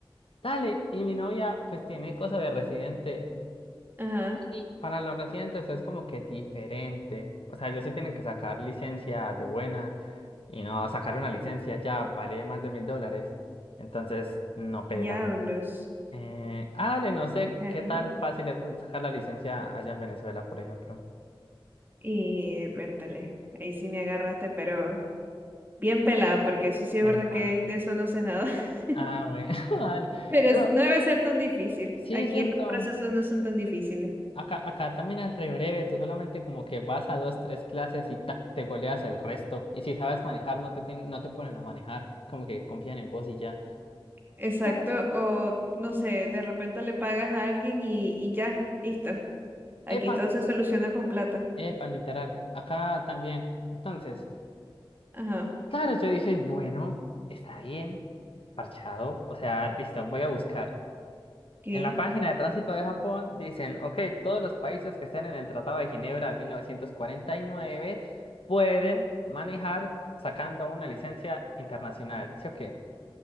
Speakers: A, on the left (about 80°); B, on the right (about 20°).
A: dale, y mi novia pues tiene cosa de residente
B: ajá.
A: y para los residentes es como que diferente. O sea, ellos sí tienen que sacar licencia de buena y no sacar una licencia ya vale más de mil dólares. Entonces, no pega.
B: Diablos.
A: Eh, ah, dale, no sé
B: Claro.
A: qué tan fácil es sacar la licencia allá en Venezuela, por ejemplo.
B: Y vértale. Ahí sí me agarraste, pero bien pelada, porque eso sí es verdad
A: Epa.
B: que de eso no sé nada. <laughs>
A: Ah, bueno, <laughs> dale.
B: Pero
A: Pero
B: es- no debe ser tan difícil.
A: sí,
B: Aquí
A: cierto.
B: estos procesos no son tan difíciles.
A: Acá, acá también es re breve, tú solamente como que vas a dos, tres clases y ta, te goleas el resto. Y si sabes manejar, no te tienen, no te ponen a manejar, como que confían en vos y ya.
B: Exacto,
A: Dale.
B: o no sé, de repente le pagas a alguien y, y ya, listo. Aquí
A: Epa,
B: todo se soluciona con plata.
A: epa, literal. Acá también. Entonces,
B: Ajá,
A: claro, yo dije, bueno, está bien, parchado. O sea, listo, voy a buscar.
B: ok,
A: En la página de tránsito de Japón dicen, ok, todos los países que estén en el Tratado de Ginebra de 1949 pueden manejar sacando una licencia internacional, ¿sí o qué?